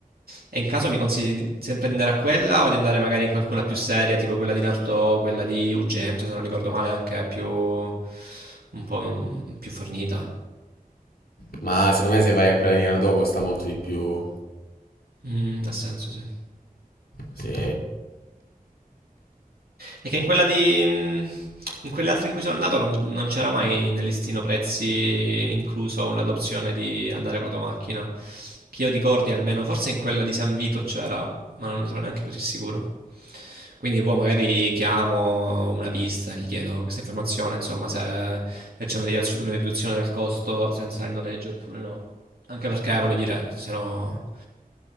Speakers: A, on the right; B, on the left.
A: e in caso mi consigli sempre di andare a quella o di andare magari in qualcuna più seria, tipo quella di Nardò, quella di Ugento, se non ricordo male, anche più un po' mm, più fornita.
B: Ma secondo me se vai a quella linea dopo costa molto di più.
A: Mm, ha senso, sì.
B: Sì.
A: E che in quella di mm, in quelle altre in cui sono andato non, non c'era mai nel listino prezzi incluso una- l'opzione di andare con la tua macchina. Che io ricordi almeno, forse in quella di San Vito c'era, ma non ne sono neanche così sicuro. Quindi, boh, magari chiamo una pista, gli chiedo questa informazione, insomma, se, se c'è una ridazio- una riduzione del costo senza il noleggio oppure no. Anche perché, voglio dire, se no,